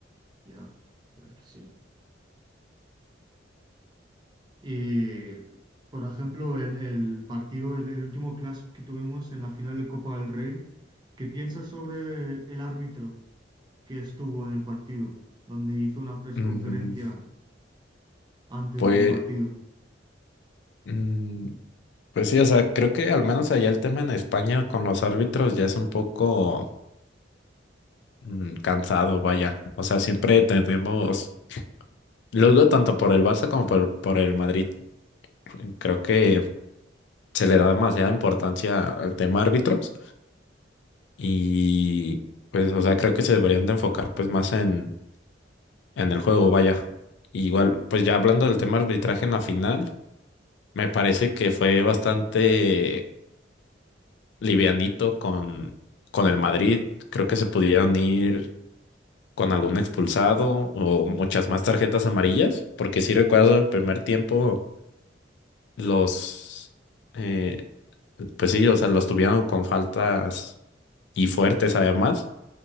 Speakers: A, on the right; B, on the left.
A: Ya, pero es que sí. Y, por ejemplo, el, el partido, el, el último clásico que tuvimos en la final de Copa del Rey, ¿qué piensas sobre el árbitro que estuvo en el partido, donde hizo una presconferencia
B: Mm,
A: antes
B: pues,
A: del partido?
B: mm, pues sí, o sea, creo que al menos allá el tema en España con los árbitros ya es un poco mm, cansado, vaya. O sea, siempre tenemos, lo digo tanto por el Barça como por, por el Madrid. Creo que se le da demasiada importancia al tema árbitros y pues, o sea, creo que se deberían de enfocar pues más en, en el juego, vaya. Igual, pues ya hablando del tema arbitraje en la final. Me parece que fue bastante livianito con, con el Madrid. Creo que se pudieron ir con algún expulsado o muchas más tarjetas amarillas, porque sí recuerdo el primer tiempo los, eh, pues sí, o sea, los tuvieron con faltas y fuertes además,